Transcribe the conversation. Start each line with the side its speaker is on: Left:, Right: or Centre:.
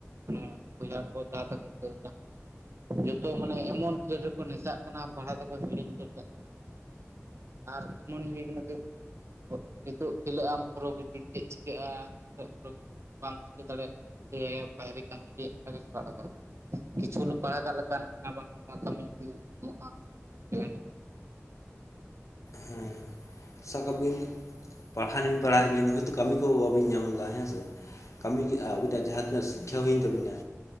Right: ᱢᱟᱱᱮ ᱵᱚᱭᱦᱟ ᱠᱚ ᱫᱟᱫᱟ ᱛᱟᱠᱚ ᱠᱚ ᱡᱟᱦᱟᱸ ᱜᱮ ᱡᱚᱛᱚ ᱢᱟᱱᱮ ᱮᱢᱚᱱ ᱠᱷᱮᱞ ᱨᱮᱠᱚ ᱱᱮᱥᱟᱜ ᱠᱟᱱᱟ ᱯᱟᱲᱦᱟᱣ ᱫᱟᱠᱚ ᱦᱤᱲᱤᱧ ᱩᱛᱟᱹᱨ ᱠᱟᱜ ᱠᱟᱱᱟ ᱾ ᱟᱨ ᱮᱢᱚᱱ ᱜᱮ ᱦᱩᱭ ᱠᱟᱱᱟ ᱫᱩ ᱱᱤᱛᱚᱜ ᱠᱷᱮᱞᱳᱜ ᱟᱢ ᱯᱚᱨᱚᱵᱚᱨᱛᱤ ᱪᱮᱜ ᱪᱤᱠᱟᱹᱜᱼᱟ <unintelligible> ᱵᱟᱢ ᱪᱤᱠᱟᱹ ᱫᱟᱲᱮᱭᱟᱜ ᱛᱚᱠᱷᱚᱱ <unintelligible> ᱵᱟᱭᱨᱮ ᱠᱟᱹᱢᱤ ᱜᱮ ᱚᱱᱠᱟ ᱜᱮ ᱪᱟᱞᱟᱜ ᱞᱟᱜᱟᱜᱼᱟ ᱠᱤᱪᱷᱩ ᱦᱚᱞᱚ ᱯᱟᱲᱦᱟᱣ ᱠᱟᱜ ᱞᱮᱠᱷᱟᱱ ᱦᱟᱱᱟ ᱵᱟᱝ ᱱᱚᱣᱟ ᱠᱟᱹᱢᱤ ᱠᱚ ᱧᱟᱢᱚᱜᱼᱟ ᱚᱱᱟ ᱨᱮ ᱡᱚᱭᱮᱱ
Left: ᱦᱮᱸ ᱥᱟᱵ ᱠᱟ ᱵᱤᱱ ᱯᱟᱲᱦᱟᱣ <unintelligible> ᱦᱳᱭᱛᱳ ᱠᱟᱹᱢᱤ ᱠᱚ ᱵᱟᱵᱤᱱ ᱧᱟᱢ ᱞᱮᱫᱟ ᱦᱮᱸ ᱥᱮ ᱠᱟᱹᱢᱤ ᱜᱮ ᱟᱵᱤᱱ ᱴᱮᱸᱜ ᱡᱟᱦᱟᱸ ᱛᱤᱱᱟᱹᱜ ᱥᱤ ᱠᱷᱟ ᱦᱩᱭᱮᱱ ᱛᱟᱵᱤᱱᱟ